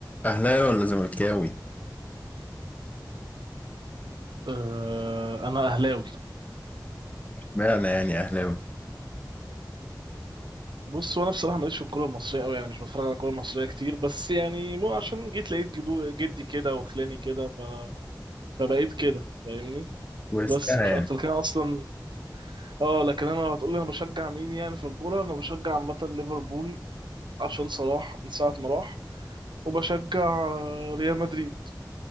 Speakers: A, on the left; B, on the right.
A: أهلاوي ولا زملكاوي؟
B: أه، انا اهلاوي
A: اشمعنى يعني أهلاوي؟
B: بص وانا بصراحه ماليش في الكوره المصريه قوي يعني مش بتفرج على الكوره المصريه كتير بس يعني مو عشان جيت لقيت جدو جدي كده وخلاني كده ف... فبقيت كده فاهمني
A: ورثتها
B: بس مش
A: يعني
B: اكتر كده اصلا اه لكن انا لو هتقول لي انا بشجع مين يعني في الكوره انا بشجع عامه ليفربول عشان صلاح من ساعه ما راح وبشجع آه، ريال مدريد